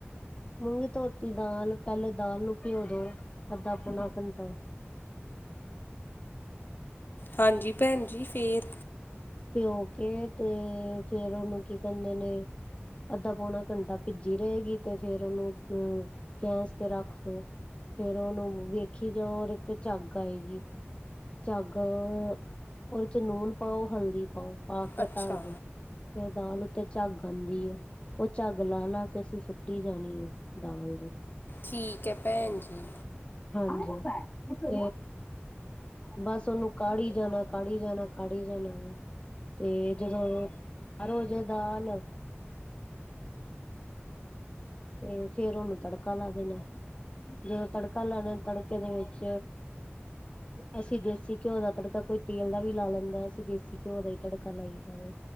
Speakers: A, on the left; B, on the left.
A: ਮੂੰਗੀ-ਧੋਤੀ ਦਾਲ, ਪਹਿਲੇ ਦਾਲ ਨੂੰ ਭਿਓਂ ਦੋ ਅੱਧਾ-ਪੌਣਾ ਘੰਟਾ।
B: ਹਾਂਜੀ। ਭੈਣ ਜੀ, ਫੇਰ?
A: ਪਿਓ ਕੇ, ਤੇ ਫੇਰ ਉਹਨੂੰ ਕੀ ਕਹਿੰਦੇ ਨੇ? ਅੱਧਾ-ਪੌਣਾ ਘੰਟਾ ਭਿੱਜੀ ਰਹੇਗੀ, ਤੇ ਫੇਰ ਉਹਨੂੰ ਗੈਸ 'ਤੇ ਰੱਖ ਦੋ। ਫੇਰ ਉਹਨੂੰ ਵੇਖੀ ਜਾਓ, ਓਹਦੇ 'ਤੇ ਝੱਗ ਆਏਗੀ। ਝੱਗ ਉਹਦੇ 'ਚ ਨੂਨ ਪਾਓ, ਹਲਦੀ ਪਾਓ, ਪਾ ਕੇ
B: ਅੱਛਾ
A: ਧਰਦੋ। ਫਿਰ ਦਾਲ ਉੱਤੇ ਝੱਗ ਆਂਦੀ ਐ। ਉਹ ਝੱਗ ਲਾ-ਲਾ ਕੇ ਅਸੀਂ ਸੁੱਟੀ ਜਾਣੀ ਹੈ ਦਾਲ ਦੀ।
B: ਠੀਕ ਐ ਭੈਣ ਜੀ।
A: ਹਾਂਜੀ। ਤੇ, ਬਸ ਉਹਨੂੰ ਕਾੜੀ ਜਾਣਾ, ਕਾੜੀ ਜਾਣਾ, ਕਾੜੀ ਜਾਣਾ ਵੇ। ਤੇ ਜਦੋਂ, ਤਿਆਰ ਹੋਜੇ ਦਾਲ ਤੇ ਫੇਰ ਉਹਨੂੰ ਤੜਕਾ ਲਾ ਦੇਣਾ। ਜਦੋਂ ਤੜਕਾ ਲਾਣਾ ਤੜਕੇ ਦੇ ਵਿੱਚ ਅਸੀਂ ਦੇਸੀ ਘਿਓ ਦਾ ਤੜਕਾ ਕੋਈ ਤੇਲ ਦਾ ਵੀ ਲਾ ਲੈਂਦਾ ਅਸੀਂ ਦੇਸੀ ਘਿਓ ਦਾ ਈ ਤੜਕਾ ਲਾਈਦਾ ਵੇ।